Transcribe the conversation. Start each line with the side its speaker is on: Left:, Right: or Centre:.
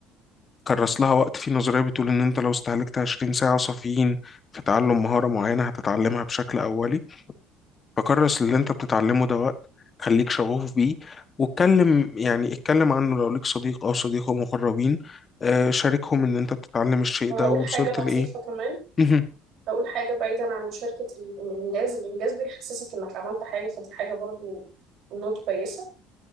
Left: كرس لها وقت في نظرية بتقول إن أنت لو استهلكت 20 ساعة صافيين في تعلم مهارة معينة هتتعلمها بشكل أولي فكرس اللي انت بتتعلمه ده وقت خليك شغوف بيه واتكلم يعني اتكلم عنه لو ليك صديق او صديقه مقربين آه، شاركهم ان انت بتتعلم الشيء
Right: وهقول
Left: ده ووصلت
Right: حاجة لطيفة
Left: لايه
Right: كمان
Left: مهم.
Right: هقول حاجة بعيدا عن مشاركة ال- الإنجاز الإنجاز بيحسسك إنك عملت حاجة فدي حاجة برضو نوت كويسة